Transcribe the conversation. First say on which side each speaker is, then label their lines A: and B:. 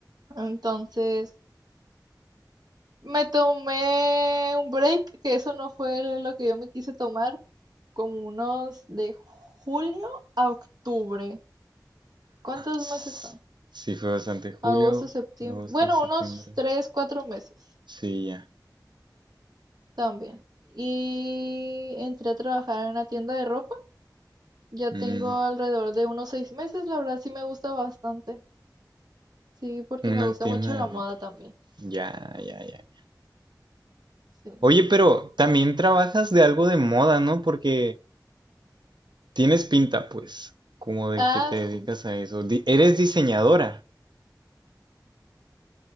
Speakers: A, on the right; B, on the right.
A: Entonces, me tomé un break, que eso no fue lo que yo me quise tomar, como unos de julio a octubre. ¿Cuántos
B: S-
A: meses son?
B: Sí, fue bastante. Julio,
A: Agosto, septiembre.
B: agosto,
A: Bueno,
B: septiembre.
A: unos tres, cuatro meses
B: Sí, ya.
A: también. Y entré a trabajar en una tienda de ropa. Ya tengo
B: Mm,
A: alrededor de unos seis meses, la verdad sí me gusta bastante. Sí, porque
B: una
A: me gusta
B: tienda
A: mucho
B: de
A: la moda
B: ropa.
A: también.
B: Ya, ya, ya.
A: Sí.
B: Oye, pero también trabajas de algo de moda, ¿no? Porque tienes pinta, pues, como de
A: Ah,
B: que te dedicas
A: sí.
B: a eso. Di- eres diseñadora,